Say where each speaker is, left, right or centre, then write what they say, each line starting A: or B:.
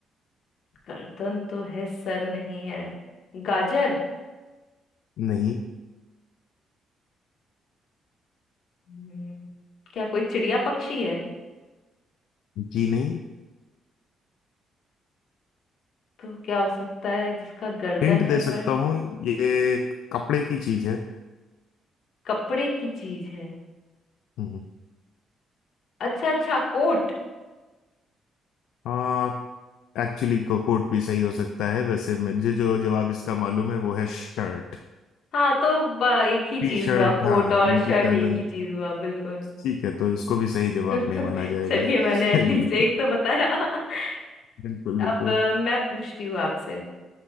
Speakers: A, on the left (about 70°); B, on the left (about 80°).
A: गर्दन तो है सर नहीं है गाजर
B: नहीं
A: हम्म, क्या कोई चिड़िया पक्षी है
B: जी नहीं
A: तो क्या हो सकता है जिसका गर्दन
B: हिंट
A: है
B: दे सकता
A: पर
B: हूँ ये कपड़े की चीज है
A: कपड़े की चीज है
B: हम्म
A: अच्छा अच्छा कोट
B: आ, एक्चुअली कोट भी सही हो सकता है वैसे मुझे जो जवाब इसका मालूम है वो है शर्ट
A: हाँ तो ब- एक ही चीज
B: टी शर्ट
A: हुआ कोट
B: <laughs> हाँ
A: और
B: इनकी
A: शर्ट
B: गर्दन
A: एक ही चीज हुआ बिल्कुल
B: ठीक है तो इसको भी सही जवाब
A: <laughs>
B: नहीं माना जाएगा
A: चलिए
B: चलिए
A: मैंने एटलीस्ट एक तो बताया <laughs>
B: <laughs> बिल्कुल बिल्कुल
A: अब अ, मैं पूछती हूँ आपसे